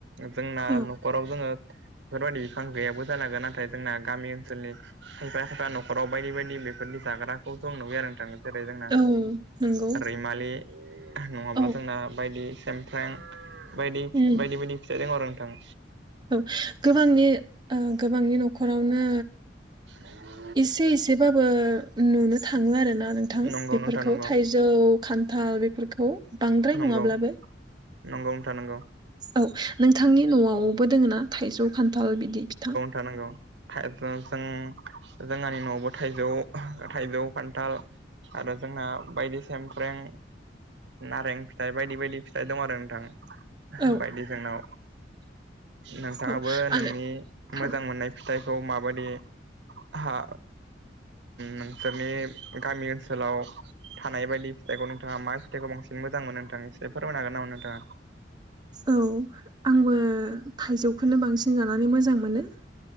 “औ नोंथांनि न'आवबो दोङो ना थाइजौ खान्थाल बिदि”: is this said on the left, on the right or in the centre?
Right